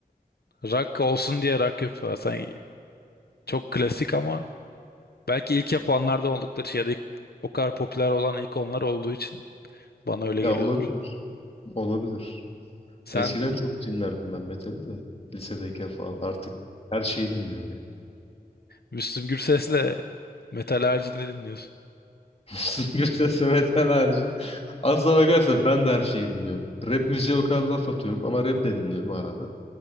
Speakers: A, on the left (about 80°); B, on the left (about 40°).
A: Rock olsun diye rock yapıyorlar. Sen çok klasik ama belki ilk yapanlardan oldukları şey ya da ilk- o kadar popüler olan ilk onlar olduğu için bana öyle
B: Ya
A: geliyordur.
B: olabilir. Olabilir.
A: Sen
B: Eskiden çok dinlerdim ben metali de. Lisedeyken falan. Artık her şeyi dinliyorum yani.
A: Müslüm Gürses'le metal haricinde dinliyorsun.
B: <laughs> Gürses ve metal harici. Aslına bakarsan ben de her şeyi dinliyorum. Rap müziğe o kadar laf atıyorum ama rap de dinliyorum arada.